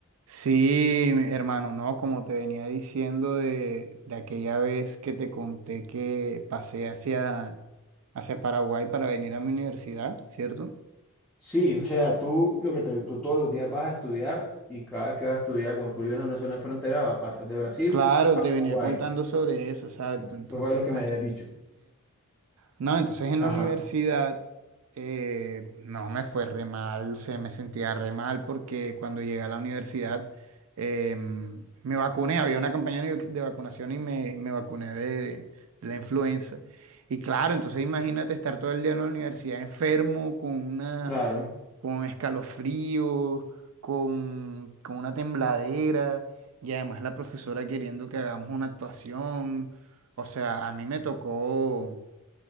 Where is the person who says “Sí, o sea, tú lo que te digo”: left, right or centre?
Centre